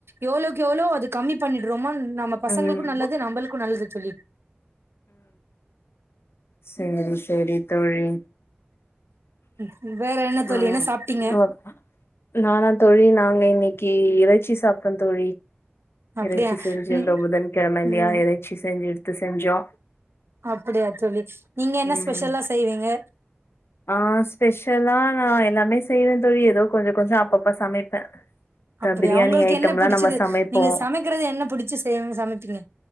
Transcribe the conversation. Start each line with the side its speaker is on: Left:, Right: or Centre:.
Right: எவ்ளோக்கு எவ்ளோ அது கம்மி பண்ணிடுறோமோ நம்ம பசங்களுக்கு
Left: ம்
Right: நல்லது நம்மளுக்கு நல்லது தோழி
Left: செரி செரி தோழி
Right: ம் வேற என்ன தோழி
Left: ஆ
Right: என்ன சாப்ட்டீங்க
Left: நானா தோழி நாங்க இன்னைக்கு கி இறைச்சி சாப்டே தோழி
Right: அப்டியா
Left: இறைச்சி செஞ்சிருந்தோ
Right: ம்
Left: புதன் கிழமைல்லையா
Right: ம்
Left: இறைச்சி செஞ்சு எடுத்து செஞ்சோ
Right: அப்படியா சொல்லி நீங்க என்ன
Left: ம்
Right: ஸ்பெஷல்லா செய்வீங்க
Left: ஆ ஸ்பெஷலா நா எல்லாமே செய்வே தோழி எதோ கொஞ்சோ கொஞ்சோ அப்பப்ப சமைப்பே த
Right: அப்படியா
Left: பிரியாணி
Right: உங்களுக்கு
Left: ஐட்டம்லா
Right: என்ன புடிச்சது
Left: நம்ம சமைப்போ
Right: நீங்க சமைக்கிறது என்ன புடிச்சு செய் சமைப்பீங்க